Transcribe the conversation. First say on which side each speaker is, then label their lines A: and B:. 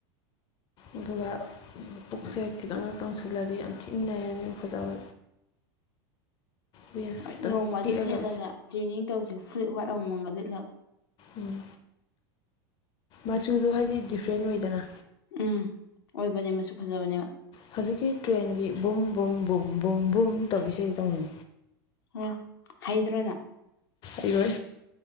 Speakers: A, on the left; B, on the left.
A: <unintelligible>
B: ꯑꯗꯨꯒ ꯄꯨꯛꯁꯦ ꯈꯤꯇꯪꯅ ꯀꯪꯁꯤꯜꯂꯗꯤ ꯌꯥꯝ ꯊꯤꯅꯩꯔꯅꯤ ꯐꯖꯕ ꯋꯦꯁ
A: ꯍꯣꯏ
B: ꯈꯤꯇꯪ
A: ꯅꯣꯡꯃ ꯑꯗꯨ
B: ꯄꯤꯛꯑꯒ
A: ꯁꯦꯠꯂꯒ ꯇ꯭ꯔꯤꯅꯤꯡ ꯇꯧꯁꯨ ꯐ꯭ꯂꯤꯞ ꯋꯥꯔꯠ ꯑꯃꯃꯝꯒ ꯂꯤꯠꯂꯑꯣ
B: ꯎꯝ ꯃꯆꯨꯗꯣ ꯍꯥꯏꯗꯤ ꯗꯤꯐ꯭ꯔꯦꯟ ꯑꯣꯏꯗꯅ
A: ꯎꯝ ꯑꯣꯏꯕꯅꯦ ꯃꯁꯨ ꯐꯖꯕꯅꯦꯕ
B: ꯍꯧꯖꯤꯛꯀꯤ ꯇ꯭ꯔꯦꯟꯒꯤ ꯚꯨꯝ ꯚꯨꯝ ꯚꯨꯝ ꯚꯨꯝ ꯚꯨꯝ ꯇꯧ ꯏꯁꯩ ꯇꯧꯅꯤ
A: ꯑ ꯍꯩꯗ꯭ꯔꯣꯅ
B: ꯑꯩꯔꯣꯏ